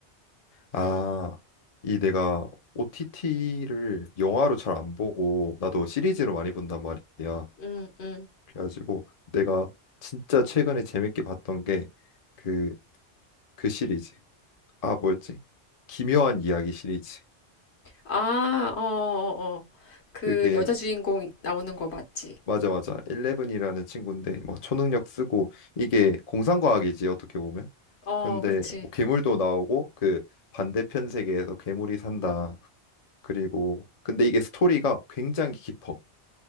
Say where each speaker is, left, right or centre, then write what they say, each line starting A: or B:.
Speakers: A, on the left; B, on the left.
A: 아, 이 내가 OTT를 영화로 잘 안 보고 나도 시리즈로 많이 본단 말이야.
B: 음, 음.
A: 그래가지고 내가 진짜 최근에 재밌게 봤던 게 그 그 시리즈. 아, 뭐였지? 기묘한 이야기 시리즈.
B: 아, 어, 어, 어. 그
A: 그게
B: 여자 주인공 나오는 거 맞지?
A: 맞아 맞아. 레븐이라는 친구인데 뭐 초능력 쓰고 이게 공상과학이지 어떻게 보면.
B: 어,
A: 근데
B: 그렇지.
A: 뭐 괴물도 나오고 그 반대편 세계에서 괴물이 산다. 그리고 근데 이게 스토리가 굉장히 깊어.